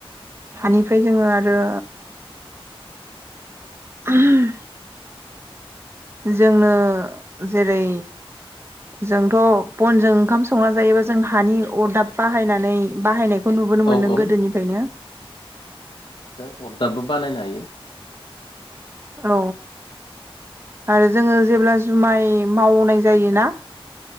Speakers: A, on the right; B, on the left.
A: हानिफ्राय जोङो आरो <inaudible> जोंनो जेरै जोंथ' बनजों ओंखाम संना जायोबा जों हानि अरदाब बाहायनानै बाहायनाय खौ नुबोनो मोन्दों
B: औ औ
A: गोदोनिफ्रायनो।
B: अरदाबो बानायनो हायो।
A: औ आरो जोङो जेब्ला जुमाय मावनाय जायोना।